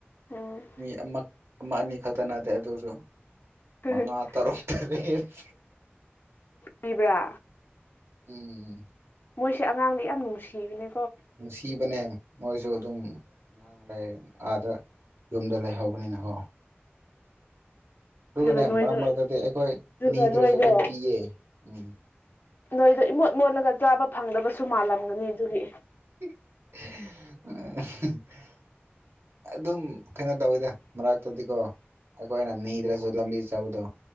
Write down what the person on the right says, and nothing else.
ꯃꯤ ꯑꯃ ꯑꯃ ꯑꯅꯤ ꯈꯛꯇ ꯅꯥꯠꯇꯦ ꯑꯗꯨꯁꯨ
ꯃꯉꯥ ꯇꯔꯨꯛ ꯇꯥꯔꯦꯠ
ꯎꯝ
ꯅꯨꯡꯁꯤꯕꯅꯦ ꯃꯣꯏꯁꯨ ꯑꯗꯨꯝ ꯑꯉꯥꯡ ꯂꯩ ꯑꯥꯗ ꯌꯨꯝꯗ ꯂꯩꯍꯧꯕꯅꯤꯅꯀꯣ ꯑꯗꯨꯒꯅꯦ
ꯃꯔꯝ ꯃꯔꯛꯇꯗꯤ ꯑꯩꯈꯣꯏ
ꯅꯤꯗ꯭ꯔꯁꯨ
ꯑꯗꯨꯝ ꯄꯤꯌꯦ ꯎꯝ
<unintelligible> ꯑꯗꯨꯝ ꯀꯩꯅꯣ ꯇꯧꯋꯤꯗ ꯃꯔꯛꯇꯗꯤꯀꯣ ꯑꯩꯈꯣꯏꯅ ꯅꯤꯗ꯭ꯔꯁꯨ ꯂꯝꯕꯤ ꯆꯠꯕꯗꯣ